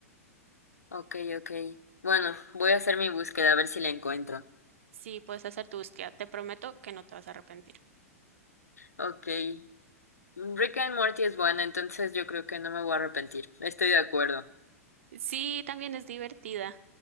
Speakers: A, on the left (about 80°); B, on the right (about 55°).
A: Ok, ok. Bueno, voy a hacer mi búsqueda a ver si la encuentro.
B: si puedes hacer tu búsqueda. Te prometo que no te vas a arrepentir.
A: Ok. Rick and Morty es buena, entonces yo creo que no me voy a arrepentir. Estoy de acuerdo.
B: Sí, también es divertida.